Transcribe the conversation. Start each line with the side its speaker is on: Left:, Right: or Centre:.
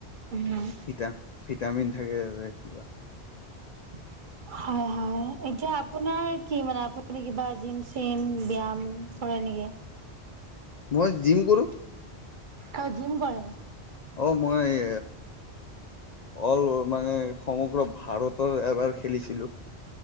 Right: উম।
Left: ভিটাম ভিটামিন থাকে কিবা।
Right: <inaudible> হয় হয় এতিয়া আপোনাৰ কি মানে আপুনি কিবা জিম চিম বাম কৰে কৰে নেকি?
Left: মই জিম কৰো
Right: অ জিম কৰে।
Left: অ মই। অল মানে সমগ্ৰ ভাৰতৰ এবাৰ খেলিছিলো।